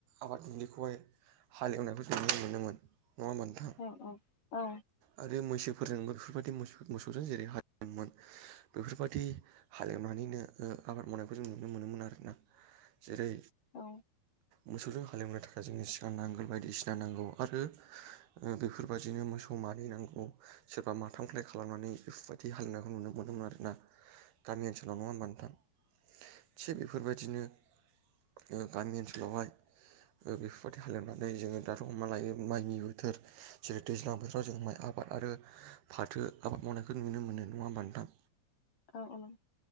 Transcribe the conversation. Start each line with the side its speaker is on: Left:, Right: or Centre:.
Right: आबाद दुब्लिखौहाय हालेवनायफोरखौ नुनो मोनोमोन नङा होमबा नोंथाङा
Left: औ औ औ औ
Right: आरो मैसोफोरजों बेफोरबायदि मस मोसौजों जेरै हालेवेमोन बेफोरबायदि हालेवनानैनो आबाद मावनायखौ जों नुनो मोनोमोन आरोना जेरै
Left: औ
Right: मोसौजों हालेवनो थाखाय जोंनो सिगां नांगोल बायदिसिना नांगौ आरो बेफोरबायदिनो मोसौ मानै नांगौ सोरबा माथामख्लाय खालामनानै बेफोरबायदि हालेवनायखौ नुनो मोनोमोन आरोना गामि ओनसोलाव नङा होमबा नोंथां थिग बेफोरबायदिनो जोङो गामि ओनसोलावहाय बेफोरबायदि हालेवनानै जोङो दाथ' अमा लायो माइनि बोथोर जेरै दैज्लां बोथोराव माइ आबा आरो फाथो आबाद मावनायखौ नुनो मोनो नङा होमबा नोंथां
Left: औ औ